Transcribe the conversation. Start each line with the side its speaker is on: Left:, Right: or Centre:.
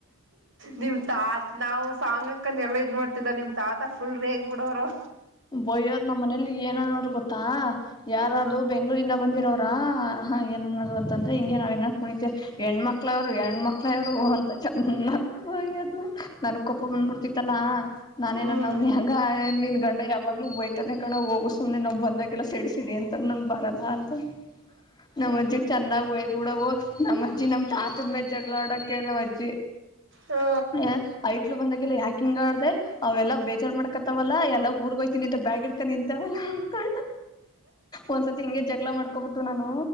Right: ನಿಮ್ ತಾ ನಾವು ಸಾಂಗ್ ಹಾಕ್ಕೊಂಡುಎಲ್ಲ ಇದ್ ಮಾಡ್ತಿದ್ದ ನಿಮ್ ತಾತ ಫುಲ್ ರೆಗ್ ಬಿಡೋರು
Left: ಬೋಯ್ಯದ್ ನಮ್ಮ ಮನೇಲಿ ಏನ್ ಅನ್ನೋರು ಗೊತ್ತಾ ಯಾರದು
Right: ಹ್ಮ್
Left: ಬೆಂಗಳೂರಿಂದಬಂದಿರೋ ಹ ಏನ್ ಅನ್ನೋದು ಗೊತ್ತಾತಾ ಹಿಂಗೆ ನಾವ್ ಏ ಕುಳಿತಿದ್ರೆ ಹೆಣ್ಮಕ್ಲೋರು ಹೆಣ್ಮಕ್ಳವ್ರು ಹಾ ಚೆನ್ನಾಗಿ ಬಯ್ಯೋದು ನನಗ ಕೋಪ ಬಂದುಬಿಡುತ್ತಿತ್ತಲ್ಲ ನಾನೇನು
Right: ಹ್ಮ್
Left: ಅನ್ವಾನಿ ಹೆಂಗ ನಿನಾ ಗ ಯಾವಾಗ್ಲೂ ಬೈತನೆ ಕಣೋ ಹೋಗು ಸುಮ್ಮನೆ ಮಂದಗೆಲ್ಲ ಸಿಡಿ ಸಿಡಿ ಅಂತನಾ ನಾನ್ ಬರಲ್ಲ ಅಂದೆ ನಮ್ಮಜ್ಜಿ ಚೆನ್ನಾಗಿ ನೋಡವು ನಮ್ಮಜ್ಜಿ ನಮ್ ತಾತನ ಮೇಲೆ ಜಗಳ ಮಾಡಕ್ಕೆ ನಮ್ಮಜ್ಜಿ
Right: ಹಾ
Left: ಹಾ ಹೈಕ್ಳು ಬಂದಾಗ ಯಾಕ್ ಹಿಂಗ ಆಡ್ದೆ ಅವೆಲ್ಲ ಬೇಜಾರ ಮಾಡ್ಕೊಂತಾವಲ್ಲ ಎಲ್ಲಾ ಊರ್ಗೋಯ್ತೀನಿ ಅಂತ ಬ್ಯಾಗ್ ಹಿಡ್ಕೊಂಡು ನಿಂತಾವಲ್ಲ ಅನ್ಕಂಡು ಒಂದ್ ಸತಿ ಹಿಂಗೆ ಜಗಳ ಮಾಡ್ಕಂಬಿಟ್ಟುನಾನು